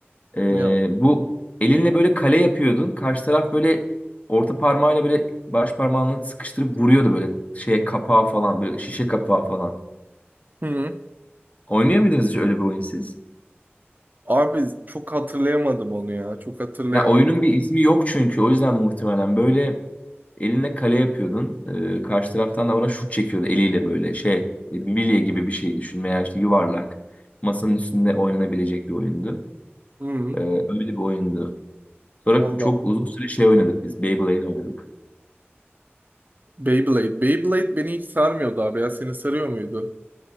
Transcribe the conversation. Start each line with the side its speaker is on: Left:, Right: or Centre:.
Left: Ee,
Right: Ne yap?
Left: bu elinle böyle kale yapıyordun. Karşı taraf böyle orta parmağıyla böyle baş parmağını sıkıştırıp vuruyordu böyle şeye kapağa falan böyle şişe kapağı falan.
Right: Hı hı.
Left: Oynuyor muydunuz hiç öyle bir oyun siz?
Right: Abi çok hatırlayamadım onu ya. Çok hatırlayamadım.
Left: Ya oyunun bir ismi yok çünkü o yüzden muhtemelen böyle eline kale yapıyordun. Ee, karşı taraftan da ona şut çekiyordu eliyle böyle şey e, bir bilye gibi bir şey düşün veya işte yuvarlak masanın üstünde oynanabilecek bir oyundu.
Right: Hı hı.
Left: Ee, öyle bir oyundu. Sonra
Right: Allah.
Left: çok uzun süre şey oynadık biz. Beyblade oynadık.
Right: Beyblade. Beyblade beni hiç sarmıyordu abi ya. Seni sarıyor muydu?